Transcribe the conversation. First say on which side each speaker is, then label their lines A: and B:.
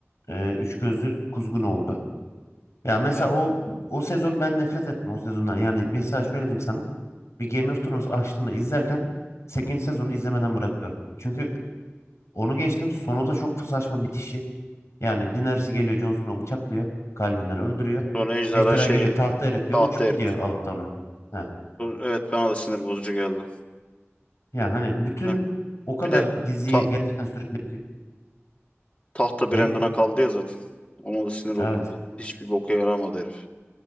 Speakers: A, on the left; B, on the left.
A: Ee, üç gözlü kuzgun oldu. Ya mesela
B: Yani,
A: o o sezonu ben nefret ettim o sezondan. Yani mesela şöyle diyeyim sana. bir Game of Thrones açtığımda izlerken sekizinci sezonu izlemeden bırakıyorum. Çünkü onu geçtim sonu da çok saçma bitişi. Yani Daenerys geliyor Jon Snow'u bıçaklıyor. Kalbinden öldürüyor.
B: sonra ejderha
A: Ejderha
B: şey
A: geliyor tahta eritiyor
B: tahta
A: uçup
B: erit.
A: gidiyor alıp da onu. Heh.
B: Evet bana da sinir bozucu geldi.
A: Yani hani bütün
B: Ha,
A: o kadar
B: bir de
A: diziyi
B: ta-
A: gerçekten sürükleyici.
B: tahta Brandon'a
A: Ne?
B: kaldı ya zaten. Ona da sinir
A: Evet.
B: oldum. zaten. Hiçbir boka yaramadı herif.